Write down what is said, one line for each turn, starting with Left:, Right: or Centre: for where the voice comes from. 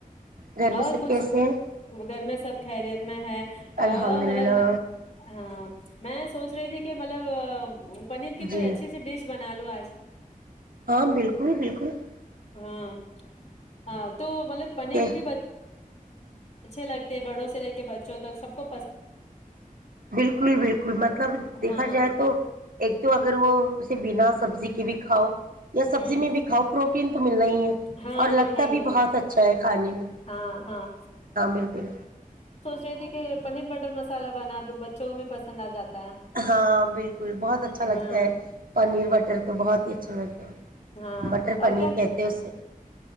Right: گھر
Left: یار
Right: میں سب
Left: کچھ
Right: کیسے ہیں
Left: گھر میں سب خیریت میں ہیں ا
Right: الحمد
Left: مطلب
Right: للہ
Left: ا میں سوچ <inaudible> فنیر کی کوئی
Right: جی
Left: اچھی سی ڈش بنا لو <inaudible>
Right: ہاں بالکل بالکل <unintelligible>
Left: ہاں <unintelligible> <unintelligible> اچھے
Right: کہ
Left: لگتے ہیں بڑوں سے لے کے بچوں تک سب کو
Right: بالکل بالکل مطلب دیکھا
Left: ہاں
Right: جائے تو ایک پھر وہ اسے بینا سبزی کے بھی کھاؤ تو سبزی
Left: ہوں
Right: میں بھی کھاؤ پروٹین تو ملنا ہی ہے
Left: ہاں
Right: اور
Left: ملنا
Right: لگتا
Left: ہی
Right: بھی
Left: ہے
Right: بہت اچھا ہے کھانے میں
Left: ہاں ہاں
Right: بالکل
Left: یعنی کہ پنیر بٹر مصالحہ بنا دو بچوں کو بھی پسند ہے
Right: ہاں بالکل بہت اچھا لگتا
Left: ہاں
Right: ہے اور نیر بٹر کو بہت ہی اچھا <unintelligible>
Left: <unintelligible>
Right: بٹر پنیر
Left: اب
Right: کہتے ہیں اسے